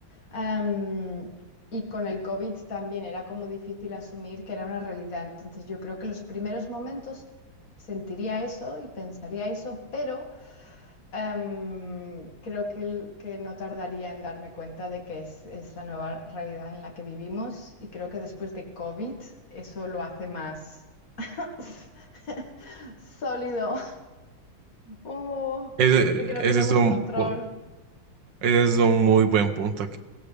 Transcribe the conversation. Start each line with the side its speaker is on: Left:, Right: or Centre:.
Left: Em, y con el COVID también era como difícil asumir que era una realidad. Entonces yo creo que los primeros momentos sentiría eso y pensaría eso, pero... Em, creo que, el- que no tardaría en darme cuenta de que es, es la nueva realidad en la que vivimos y creo que después de COVID eso lo hace más <laughs> sólido, Uh,
Right: Ese,
Left: de que no tenemos
Right: ese es un,
Left: control.
Right: pu- ese es un muy buen punto